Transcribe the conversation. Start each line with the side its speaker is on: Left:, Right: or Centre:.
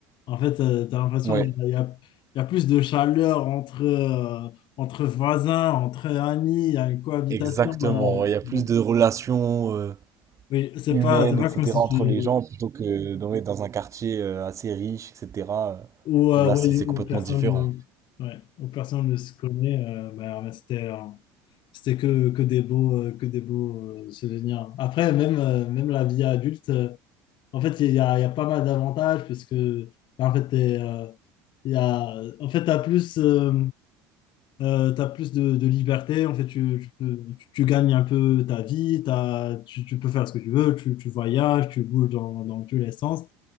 Left: En fait, tu as l'impression
Right: ouais,
Left: qu'il y a, il y a- il y a plus de chaleur entre, euh, entre voisins, entre amis, il y a une cohabitation.
Right: exactement,
Left: euh,
Right: il y a plus
Left: euh,
Right: de relations, euh,
Left: oui, c'est
Right: humaine,
Left: pas, c'est pas
Right: etc.,
Left: comme si
Right: entre
Left: tu.
Right: les gens, plutôt que dans, ouais, dans un quartier euh, assez riche, etc., euh,
Left: Ou,
Right: où
Left: euh,
Right: là,
Left: oui,
Right: c'est c'est
Left: ou
Right: complètement
Left: personne
Right: différent.
Left: ne, ouais, ou personne ne se connaît. euh, bah, bah, c'était euh, c'était que, que des beaux, euh, que des beaux euh, souvenirs. Après, même, euh, même la vie adulte. euh, En fait, il y a, il y a pas mal d'avantages puisque en fait, t'es, euh, il y a, en fait, t'as plus, euh, euh, t'as plus de, de liberté. En fait, tu, tu peux- tu- tu gagnes un peu ta vie. t'as- tu, tu peux faire ce que tu veux. Tu, tu voyages, tu bouges dans, dans tous les sens.